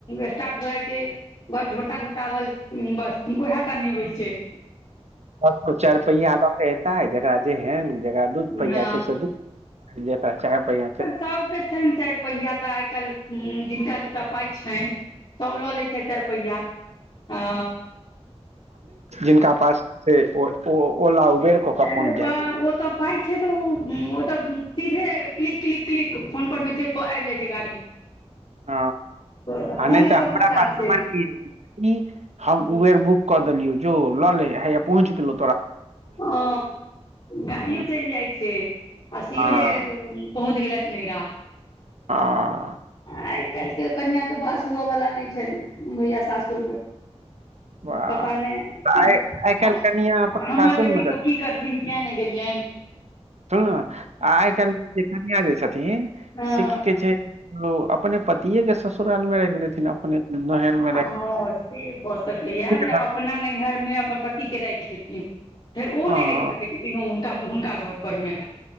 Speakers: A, on the left; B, on the right.
A: स्टार्ट भए जाइ छै बड़ झोटा झोटावल बस उएह टा नहि होइत छै
B: सब कोई चार पैहिया लऽ के एतै जेकरा जेहन जेकरा दूध
A: हँ
B: पहिआ छै से दूध ज चाय पहिआ
A: सभ के छैन चाइर पहिया तऽ आइ काल्हि जिनका दूटा पाइ छन सब लऽ लै छै चार पहिया ह
B: नका पास से ओ ओ ओ ला ऽ उबेर कऽ कऽ
A: अरे
B: पहुँच जाइ
A: बा
B: छथि
A: ओ तऽ। पाइ छै तऽ ओतऽ सीधे क्लिक क्लिक क्लिक फोन पर मे आबि जाइ छै गाड़ी
B: ह
A: फोने
B: आ नहि तऽ
A: पर
B: हमरा
A: सबटा
B: पास
A: छै
B: सम <unintelligible> र नहि य ई हम उबेर बुक कऽ देलियो जो लऽ ले हया पहुँच गेलो
A: ओ गाड़ीयो
B: हँ
A: चलि जाइ छै आ सीधे
B: हँ
A: पहुँच गेलथि नैहरा
B: आ <unintelligible>
A: आइ काल्हि के कनिआँ के वास हुअवाला नहि छैन भैया सासुर में
B: वाह
A: पता नहि
B: तऽ आइ
A: <unintelligible>
B: आइ काल्हि कनिया अपन
A: हमर
B: सासुरमे
A: बेटी सभ
B: कथी
A: की करथिन, किएक नहि गेलियनि?
B: हुँ आ आइ काल्हिके जे कन्या जे छथिन
A: हँ
B: से की कहै छै ओ अपने पतिये के ससुरालमे राखि लेथिन अपने हेन <unintelligible>
A: आ हँ से भऽ सकैया जे
B: रहत
A: अपना नैहर में अपन पति के राखि एती धैर ओ
B: हँ
A: नहि रहि सकै छथि हुनका हुनका घर पर मे।